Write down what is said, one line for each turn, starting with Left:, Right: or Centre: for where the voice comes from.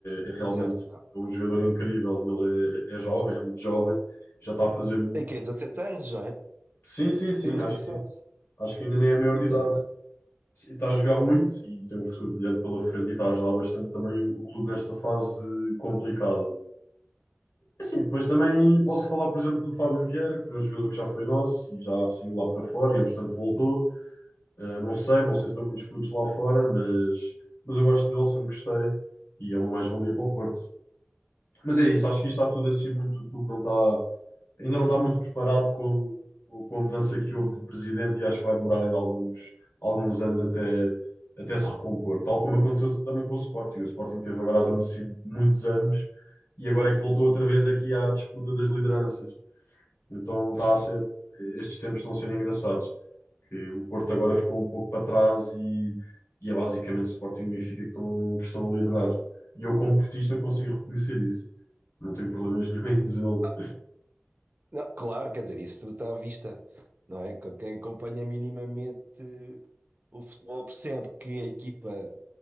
Left: é, é realmente
Right: Certo, não.
Left: um jogador incrível. Ele é, é jovem, é muito jovem, já está a fazer.
Right: Tem que 17 anos, não é?
Left: Sim, sim, sim,
Right: Tem uns
Left: acho
Right: 17.
Left: que, acho que ainda nem é a maior de idade.
Right: Já, já.
Left: E Está a jogar muito e tem um futuro brilhante pela frente e está a ajudar bastante também o, o clube nesta fase complicada. É Assim, depois também posso falar, por exemplo, do Fábio Vieira, que foi um jogador que já foi nosso e já saiu lá para fora e, entretanto, voltou. Ah, não sei, não sei se deu muitos frutos lá fora, mas, mas eu gosto dele, sempre gostei e é uma mais-valia para o Porto. Mas é isso, acho que isto está tudo assim muito, o clube não está, ainda não está muito preparado com, com a mudança que houve do presidente e acho que vai demorar ainda alguns, alguns anos até, até se recompor. Tal como aconteceu também com o Sporting. O Sporting teve agora adormecido muitos anos e agora é que voltou outra vez aqui à disputa das lideranças. Então
Right: Pois
Left: está a
Right: foi.
Left: ser, estes tempos estão a ser engraçados. Que o Porto agora ficou um pouco para trás e, e é basicamente o Sporting e o Benfica que estão, que estão a liderar. E eu, como portista, consigo reconhecer isso. Não tenho problemas nenhum em dizê-lo.
Right: Ah, não, claro, quer dizer, isso tudo está à vista, não é? Quem acompanha minimamente o futebol percebe que a equipa